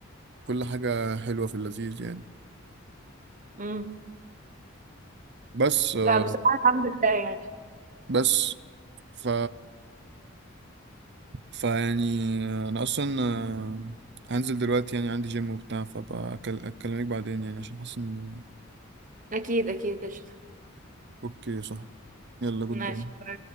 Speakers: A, on the right (about 55°); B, on the right (about 40°).
A: وكل حاجة حلوة في اللذيذ يعني
B: امم
A: بس آه،
B: لا بصراحة الحمد لله يعني
A: بس ف فيعني انا اصلا آه، هنزل دلوقتي يعني عندي جيم وبتاع فبقى أكل- اكلمك بعدين يعني عشان حاسس ان
B: اكيد اكيد قشطة
A: اوكي صح يلا جود
B: ماشي
A: باي